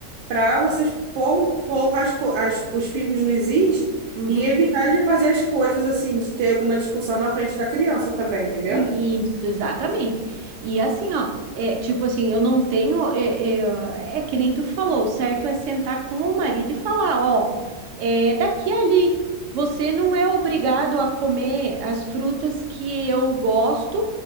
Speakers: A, on the right; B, on the right.
A: para vocês pôr, colocar as, co- as- os pingos nos is
B: Uhum.
A: e evitar de fazer as coisas assim, de ter alguma discussão na frente da criança também, entendeu?
B: Isso, exatamente. E assim, ó, é, tipo assim, eu não tenho. É, é, é que nem tu falou, o certo é sentar com o marido e falar: ó, é daqui a ali. Você não é obrigado a comer as frutas que eu gosto